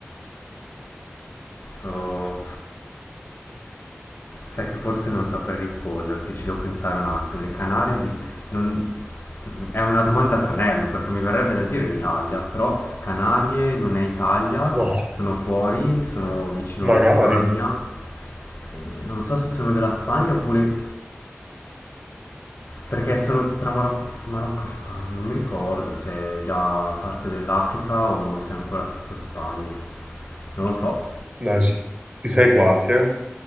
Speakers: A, on the left; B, on the right.
A: Oh, sai che forse non saprei risponderti, ci devo pensare un attimo. Le Canarie di... non... È una domanda a tranello, perché mi verrebbe da dire l'Italia, però Canarie non è Italia,
B: No,
A: sono fuori, sono vicino
B: magari.
A: alla Spagna. E non so se sono della Spagna oppure perché sono tra Maro- Marocco e Spagna, non mi ricordo se è già parte dell'Africa o se è ancora sotto Spagna. Non lo so.
B: Dai, ci ci sei quasi, eh.